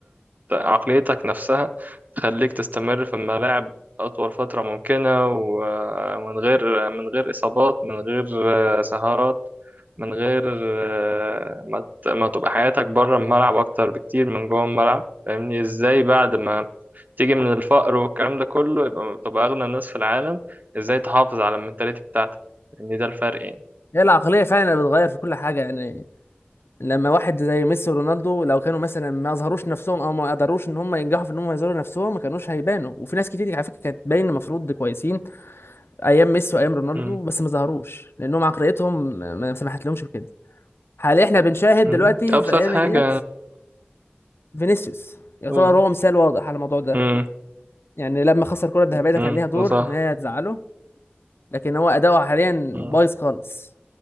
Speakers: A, on the right; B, on the left.
A: عقليتك نفسها تخليك تستمر في الملاعب اطول فترة ممكنة ومن غير من غير اصابات من غير آه، سهرات من غير آه، ما ت... ما تبقى حياتك بره الملعب اكتر بكتير من جوه الملعب فاهمني ازاي بعد ما تيجي من الفقر والكلام ده كله يبقى تبقى اغنى الناس في العالم ازاي تحافظ على المنتاليتي بتاعتك ان ده الفرق يعني
B: هي العقلية فعلا اللي بتغير في كل حاجة يعني لما واحد زي ميسي ورونالدو لو كانوا مثلا ما اظهروش نفسهم او ما قدروش ان هم ينجحوا في ان هم يظهروا نفسهم ما كانوش هيبانوا وفي ناس كتير على فكرة كانت باين المفروض كويسين ايام ميسي وايام رونالدو
A: مم.
B: بس ما ظهروش لانهم عقليتهم ما سمحت لهمش بكده حاليا احنا بنشاهد
A: مم.
B: دلوقتي
A: ابسط
B: في الايام
A: حاجة
B: ديت فينيسيوس يعتبر
A: مم.
B: هو مثال واضح على الموضوع ده
A: امم
B: يعني لما خسر الكرة الذهبية ده
A: امم
B: كان ليها دور
A: ده صح
B: ان هي تزعله لكن هو اداؤه حاليا
A: امم
B: بايظ خالص